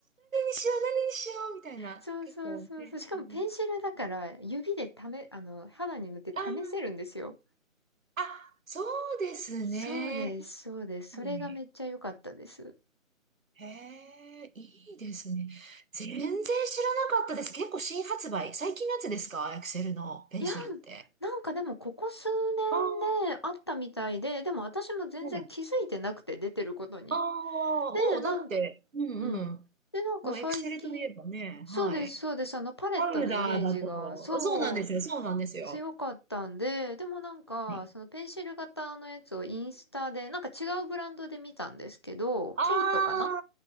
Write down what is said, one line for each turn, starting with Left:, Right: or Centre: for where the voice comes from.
Right: しよう、何にしよう、みたいな。
Left: そうそうそうそう。
Right: 結構ね。
Left: しかもペンシルだから指で試、
Right: うん
Left: あの、肌に塗って試せるんですよ。
Right: あー、あ、そうですね。
Left: そうです、そうです。それがめっちゃ良かったです。
Right: うんへえ、いいですね。全然知らなかったです。結構新発売。最近のやつですかエクセルのペンシルって。
Left: いや、なんかでもここ数年であったみたいで、
Right: ああ、
Left: でも私も全然気づいてなくて出てることに。
Right: はい。ああ、
Left: で、
Right: もうだって、
Left: なん、
Right: うんうん。
Left: うん。で、なんか最近、
Right: もうエクセルといえばね、
Left: そうです、
Right: はい。
Left: そうです。あの、パレットのイメージが、
Right: パウダーだと、
Left: そう、
Right: そうなんですよ、そうなんですよ。
Left: 強かったんで、でもなんか、
Right: はい。
Left: そのペンシル型のやつをインスタで、なんか違うブランドで見たんですけど、
Right: あ
Left: ケイトかな